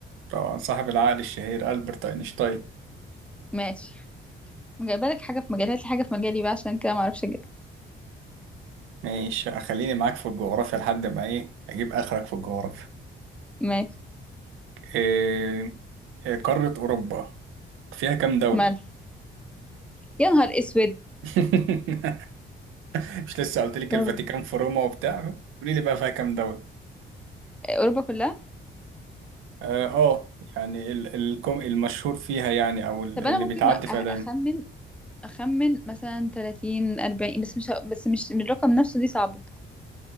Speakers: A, on the right (about 90°); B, in the centre.
A: طبعا صاحب العقل الشهير ألبرت أينشتاين
B: ماشي جايبالك حاجة في مجالي هات لي حاجة في مجالي بقى عشان كده ما اعرفش اجيبها
A: ماشي خليني معاك في الجغرافيا لحد ما ايه اجيب اخرك في الجغرافيا
B: ماشي
A: إيه إيه، قارة أوروبا فيها كام دولة
B: مال يا نهار اسود
A: <laughs> مش لسه قلت لك
B: دول
A: الفاتيكان في روما وبتاع قولي لي بقى فيها كام دولة
B: اوروبا كلها
A: اه آه، يعني ال- الكم المشهور فيها يعني او ال-
B: طب
A: اللي
B: انا ممكن
A: بيتعدي
B: أ-
A: فيها
B: اخمن
A: دايما
B: أخمن مثلا 30 40 بس مش بس مش من الرقم نفسه دي صعبة